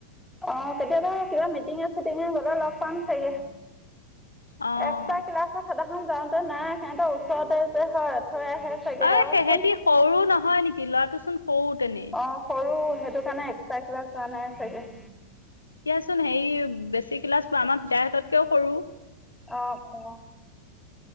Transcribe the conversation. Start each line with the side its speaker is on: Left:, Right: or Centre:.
Centre: অ কেতিয়াবা কিবা মিটিঙে চিটিঙে গলো লগ পাম চাগে
Left: অ'।
Centre: এক্সট্ৰা ক্লাছত সাদা খন যাওঁতে নাই সিহঁতৰ ওচৰতে যে হয় থৈ আহে চাগে
Left: অ
Centre: আৰু
Left: সেহেঁতি
Centre: কোন
Left: সৰু নহয় নেকি ল'ৰাটোচোন সৰু তেনেই।
Centre: অ সৰু সেইটো কাৰণে এক্সট্ৰা ক্লাছ হোৱা নাই চাগে।
Left: কোন হেৰি বেছি ক্লাছ আমাৰ পিতাৰ কেও সৰু।
Centre: অ, অ,